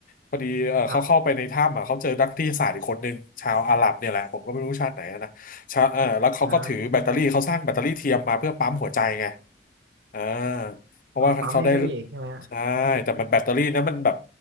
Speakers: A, on the left; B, on the right.
A: พอดีเออเขาเข้าไปในถ้ำอ่ะเขาเจอนักวิทยาศาสตร์อีกคนนึงชาวอาหรับเนี่ยแหละผมก็ไม่รู้ชาติไหนนะ
B: ครับ
A: ชาเออแล้วเขาก็ถือแบตเตอรี่เขาสร้างแบตเตอรี่เทียมมาเพื่อปั๊มหัวใจไง
B: อ๋อ
A: อ่าเพราะว่าเขาได้
B: อ๋อปั๊มให้พระเอกใช่ไหมฮะ
A: ใช่แต่มันแบตเตอรี่นะมันแบบ